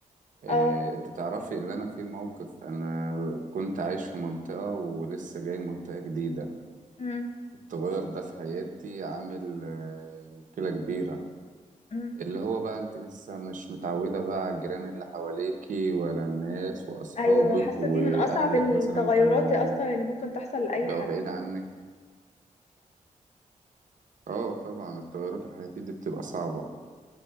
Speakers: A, on the right (about 70°); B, on the left (about 55°).
A: اه
B: اه
A: انت تعرفي ان انا في موقف انا كنت عايش في منطقه ولسه جاي منطقه جديده
B: امم
A: التغير ده في حياتي عامل اه مشكله كبيره
B: امم
A: اللي هو بقى انت لسه مش متعوده بقى على الجيران اللي حواليكي ولا الناس واصحابك
B: ايوه حاسة
A: واهلك
B: دي من اصعب التغيرات
A: مثلا كانوا
B: اصلا اللي ممكن تحصل لأي
A: بقوا
B: حد
A: بعيد عنك اه طبعا التغيرات الحياتيه دي بتبقى صعبه